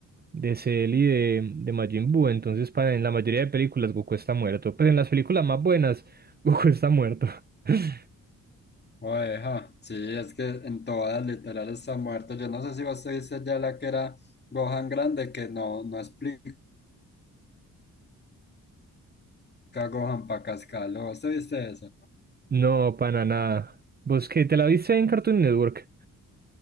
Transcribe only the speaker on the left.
Oeja, sí, es que en todas literal está muerto. Yo no sé si vos te viste ya la que era Gohan grande, que no, no explica Gohan pa' cascarlo. ¿Vos te viste eso?